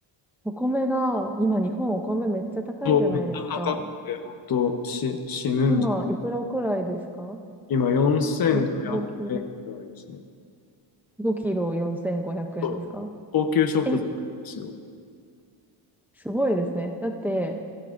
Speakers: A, in the centre; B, on the left.
A: お米が、今日本お米めっちゃ高いじゃないですか。
B: そう、めっちゃ高くて、本当し、死ぬんじゃ
A: 今、いくらくらいですか
B: 今4500円ぐらいですね。
A: じゅ5キロ。5キロ4500円ですか
B: そう高級食材ですよ。
A: え、すごいですね。だって、